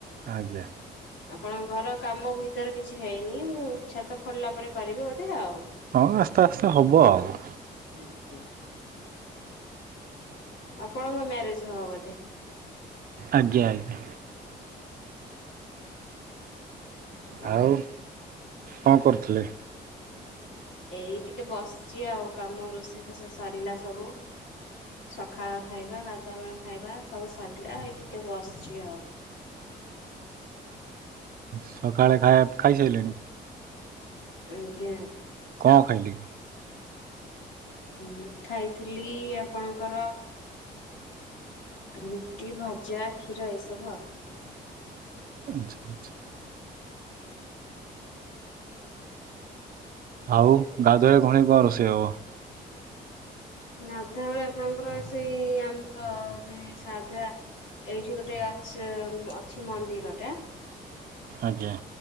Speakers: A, on the right (about 55°); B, on the left (about 85°).
A: ଆଜ୍ଞା।
B: ଆପଣଙ୍କ ଘର କାମ ଭିତରେ କିଛି ହେଇନି ମୁଁ ଛାତ ପଡିଲା ପରେ କରିବେ ବୋଧେ ଆଉ।
A: ହଁ ଆସ୍ତେ ଆସ୍ତେ ହବ ଆଉ।
B: ଏନେ କେ ଆପଣଙ୍କ ମ୍ୟାରେଜ ହବ ବୋଧେ
A: ଆଜ୍ଞା ଆଜ୍ଞା
B: ଓହୋ।
A: ଆଉ କଣ କରୁଥିଲେ?
B: ଏଇ ଟିକେ ବସିଛି ଆଉ କାମ ରୋଷେଇ ଫୋଷେଇ ସରିଲା ସବୁ। ସକାଳ ଖାଇବା ଗାଧୁବେଳା ଖାଇବା ସବୁ ସରିଲା ଏଇ ଟିକେ ବସିଛି ଆଉ।
A: ସକାଳେ ଖାଇବା ଖାଇସାଇଲେଣି?
B: ଆଜ୍ଞା ଆଜ୍ଞା
A: କଣ ଖାଇଲେ?
B: ହୁଁ ଖାଇଥିଲି ଆପଣଙ୍କର ରୁଟି ଭଜା କ୍ଷୀର ଏସବୁ ଆଉ।
A: ଆଚ୍ଛା ଆଚ୍ଛା ଆଉ ଗାଧୁଆବେଳେ ଭଉଣୀ କଣ ରୋଷେଇ ହବ?
B: ଗାଧୁଆ ବେଳେ ଆପଣଙ୍କର ସେଇ ଆମର ସେ ସାଧା ଏଇଠି ଗୋଟେ ଅଛି ଅଛି ମନ୍ଦିର ଟା।
A: ଆଜ୍ଞା